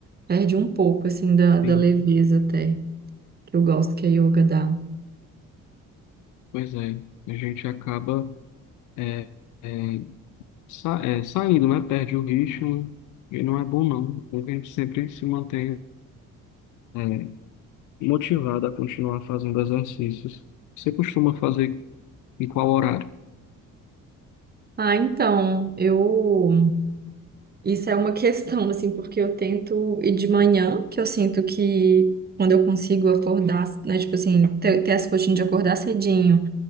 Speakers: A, on the right; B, on the left.
A: Perde um pouco, assim, da, da
B: sim.
A: leveza até, que eu gosto que a yoga dá.
B: Pois é, a gente acaba é, é, sa- é, saindo, né? Perde o ritmo e não é bom não. É bom que a gente sempre se mantém é, motivado a continuar fazendo exercícios. Você costuma fazer em qual horário?
A: Ah, então, eu Isso é uma <laughs> questão, assim, porque eu tento ir de manhã, que eu sinto que quando eu consigo acordar, né, tipo assim, ter, ter essa rotina de acordar cedinho,